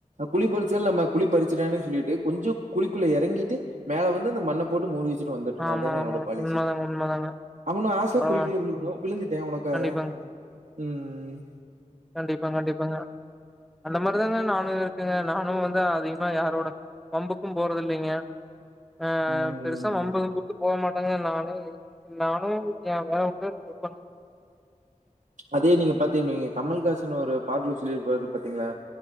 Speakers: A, on the right (about 70°); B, in the centre.
A: குழி பறிச்சத நம்ம குழி பறிச்சிடு சொல்லிட்டு கொஞ்சம் குழிக்குள்ள எறங்கிட்டு மேல வந்து அந்த மண்ணை போட்டு மூடி வச்சுட்டு வந்துட்டோங்க
B: ஆமா,
A: அதேங்க என்னோட
B: ஆமா.
A: பாலிசி
B: உண்மதாங்க, உண்மதாங்க.
A: அவனும் ஆசயா
B: பரவா
A: குழிக்குள்ள விழுகனும் விழுந்துட்டேன் உனக்காக
B: கண்டிப்பாங்க.
A: உம் உம்
B: கண்டிப்பா கண்டிப்பாங்க அந்த மாரிதாங்க நானும் இருக்குங்க நானும் வந்து நான் அதிகமா யாரோட வம்புக்கும் போறது இல்லைங்க ஆஹ்
A: ம்
B: பெருசா வம்புதும்புக்கு போ மாட்டாங்க நான் நானும் என் வேல உண்டுணுருப்பேங்க
A: அதே நீங்க பாத்தீங்கீங்க கமல்ஹாசன் ஒரு பாட்டுல சொல்லிருப்பாரு பாத்தீங்களா